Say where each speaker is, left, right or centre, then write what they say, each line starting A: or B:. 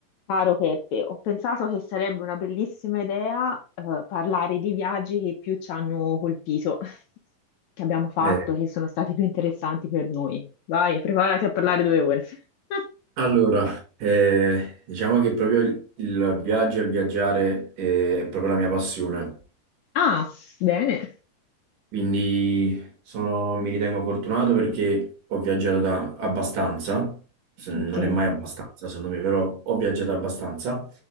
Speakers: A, on the left; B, on the right.
A: Caro Peppe, ho pensato che sarebbe una bellissima idea, eh, parlare di viaggi che più ci hanno colpito, <laughs> che abbiamo fatto,
B: Eh,
A: che sono stati più interessanti per noi. Vai, preparati a parlare due ore. <laughs>
B: allora, eh, diciamo che proprio il, il viaggio e il viaggiare eh, è proprio la mia passione,
A: Ah, bene.
B: quindi sono- mi ritengo fortunato perché ho viaggiato da- abbastanza, se- non
A: Ok,
B: è mai abbastanza secondo me, però ho viaggiato abbastanza